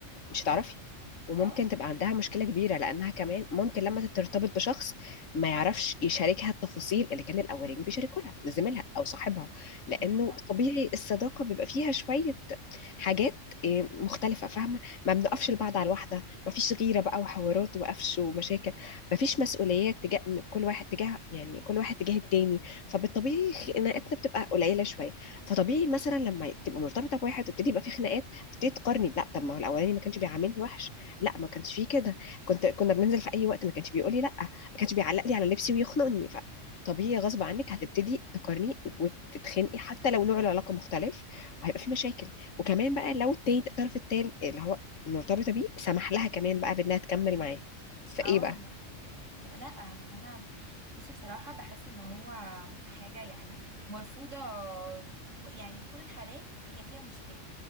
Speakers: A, on the left; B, on the right.
A: مش هتعرفي
B: بالظبط
A: وممكن
B: اه
A: تبقى عندها مشكلة كبيرة لأنها كمان ممكن لما ترتبط بشخص ما يعرفش يشاركها التفاصيل اللي كان الأولاني بيشاركوا لها زميلها أو صاحبها لأنه
B: بالظبط
A: طبيعي الصداقة بيبقى فيها شوية حاجات إيه، مختلفة فاهمة ما بنقفش لبعض على الواحدة ما فيش غيرة بقى وحوارات وقفش ومشاكل ما فيش مسؤوليات تجاه من كل واحد تجاه يعني كل واحد تجاه التاني فبالطبيعي خناقاتنا بتبقى قليلة شوية فطبيعي مثلا لما تبقى مرتبطة بواحد وتبتدي يبقى في خناقات تبتدي تقارني لا طب ما هو الاولاني ما كانش بيعاملني وحش لا ما كانش فيه كده كنت كنا بننزل في اي وقت ما كانش بيقول لي لا ما كانش بيعلق لي على لبسي ويخنقني ف طبيعي غصب عنك هتبتدي تقارني وتتخنقي حتى لو نوع العلاقه مختلف وهيبقى في مشاكل وكمان بقى لو التاني الطرف التاني اللي هو مرتبطه بيه سمح لها كمان بقى بانها تكمل معاه فايه
B: اه
A: بقى
B: يج- لا انا بصي بصراحه بحس ان هو حاجه يعني مرفوضه في كو يعني في كل الحالات هي فيها مشكله